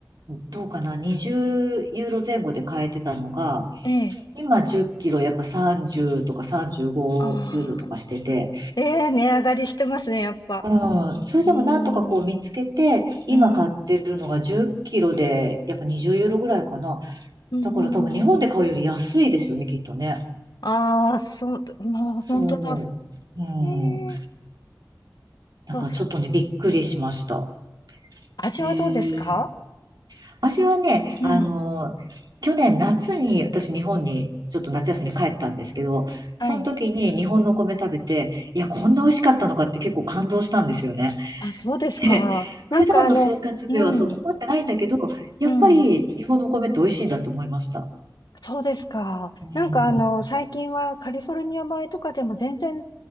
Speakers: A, on the right; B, on the left.
A: どうかな、20ユーロ前後で買えてたのが、
B: ええ。
A: 今10キロやっぱ30とか35ユーロとかしてて、
B: ああ。ええ値上がりしてますね、やっぱ。
A: うん。それでもなんとかこう見つけて、
B: うーん。
A: 今買ってるのが10キロで、
B: うん。
A: やっぱ20ユーロぐらいかな。
B: うん。
A: だから多分日本で買うより安いですよね、
B: うん。
A: きっとね。
B: ああー、そう、もう本当だ。
A: そう思う。う
B: え
A: ん。
B: え
A: なんかちょっとね、
B: そう。
A: びっくりしました。
B: 味はどうですか
A: へえ。私はね、
B: うん。
A: あの、去年夏に私日本にちょっと夏休み帰ったんですけど、
B: はい。
A: その時に日本のお米食べて、いや、こんな美味しかったのかって結構感動したんですよね。
B: あ、そうですか。
A: で普段の生活ではそう困ってないんだけど、
B: なんかあの、うん。
A: やっぱり日本のお米って美味しいんだと思いました。
B: うん。そうですか。
A: うん。
B: なんかあの、最近はカリフォルニア米とかでも全然、